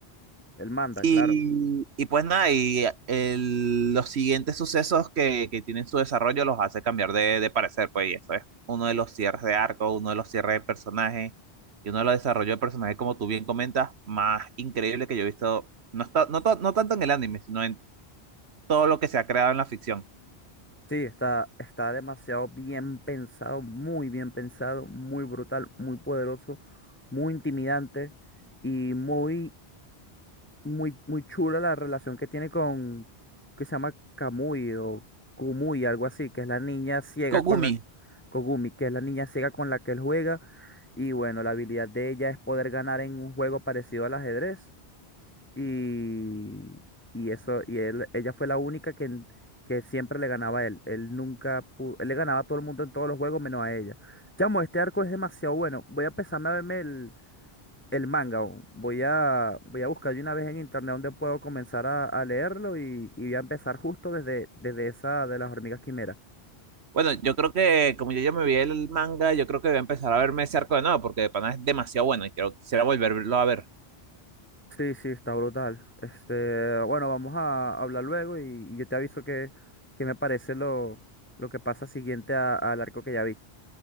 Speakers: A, on the left (about 15°); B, on the right (about 80°).
A: él manda,
B: Y,
A: claro.
B: y pues nada, y el- los siguientes sucesos que, que tienen su desarrollo los hace cambiar de, de parecer, pues, y eso es uno de los cierres de arco, uno de los cierres de personaje, y uno de los desarrollos de personaje, como tú bien comentas, más increíble que yo he visto, no, está, no, to- no tanto en el anime, sino en todo lo que se ha creado en la ficción.
A: Sí, está, está demasiado bien pensado, muy bien pensado, muy brutal, muy poderoso, muy intimidante y muy muy, muy chula la relación que tiene con, que se llama Kamui o Kumui, algo así, que es la niña ciega
B: Kogumi.
A: con la, Kogumi, que es la niña ciega con la que él juega. Y bueno, la habilidad de ella es poder ganar en un juego parecido al ajedrez. Y, y eso, y él, ella fue la única que, n- que siempre le ganaba a él. Él nunca pudo, él le ganaba a todo el mundo en todos los juegos menos a ella. Chamo, este arco es demasiado bueno. Voy a empezarme a verme el, el manga, o voy a, voy a buscar de una vez en internet donde puedo comenzar a, a leerlo y, y voy a empezar justo desde, desde esa de las hormigas quimeras.
B: Bueno, yo creo que como yo ya me vi el manga, yo creo que voy a empezar a verme ese arco de nuevo, porque de pana es demasiado bueno y quiero, quisiera volverlo a ver.
A: Sí, sí, está brutal. Este, bueno, vamos a hablar luego y, y yo te aviso que, que me parece lo, lo que pasa siguiente a- al arco que ya vi.